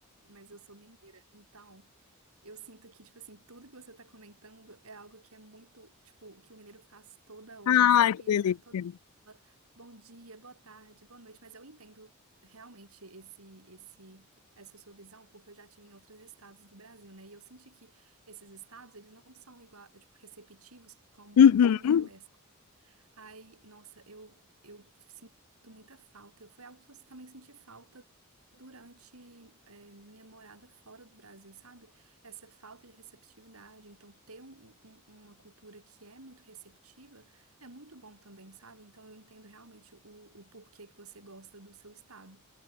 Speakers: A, on the right (about 75°); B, on the left (about 80°).
A: mas eu sou mineira. Então, eu sinto que, tipo assim, tudo que você tá comentando é algo que é muito, tipo, o que o mineiro faz toda hora,
B: Ai,
A: sabe?
B: que
A: E
B: delícia.
A: Toda, toda hora. Bom dia, boa tarde, boa noite. Mas eu entendo realmente esse, esse, essa sua visão, porque eu já tive em outros estados do Brasil, né? E eu senti que esses estados, eles não são igual, tipo, receptivos como
B: Uhum.
A: o mineiro é, Aí, nossa, eu, eu sinto muita falta. Eu- Foi algo que eu também senti falta durante, é, minha morada fora do Brasil, sabe? Essa falta de receptividade. Então, ter um- um- uma cultura que é muito receptiva é muito bom também, sabe? Então, eu entendo realmente o, o porquê que você gosta do seu estado.